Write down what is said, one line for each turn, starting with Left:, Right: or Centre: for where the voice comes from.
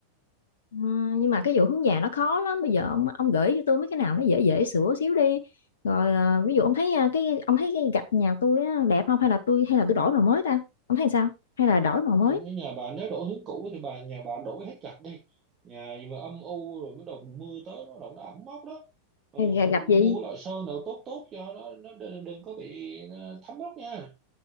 Left: Ờ, nhưng mà cái vụ hướng nhà nó khó lắm bây giờ ông ông gửi cho tôi mấy cái nào nó dễ dễ sửa xíu đi rồi ờ, ví dụ ông thấy ờ, cái ông thấy cái gạch nhà tôi á, đẹp không hay là tôi hay là tôi đổi màu mới ta ông thấy sao hay là đổi màu mới
Right: tôi thấy nhà bà nếu đổi hướng cũ thì bà nhà bà đổi hết gạch đi nhà gì mà âm u rồi bắt đầu mùa mưa tới nó đổ nó ẩm mốc đó ừ,
Left: hay là
Right: hoặc
Left: gạch
Right: mua
Left: gì
Right: loại sơn nào tốt tốt cho nó nó đừng, đừng có bị ờ, thấm mốc nha